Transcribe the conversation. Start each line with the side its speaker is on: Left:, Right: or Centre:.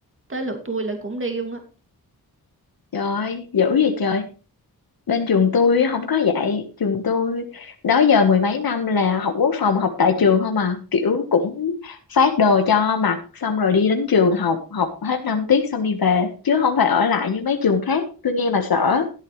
Right: tới lượt tôi là cũng đi luôn á
Left: trời ơi dữ vậy trời bên trường tôi không có dạy trường tôi đó giờ mười mấy năm là học quốc phòng học tại trường không à kiểu cũng phát đồ cho mặc xong rồi đi đến trường học học hết năm tiết xong đi về chứ không phải ở lại như mấy trường khác tôi nghe mà sợ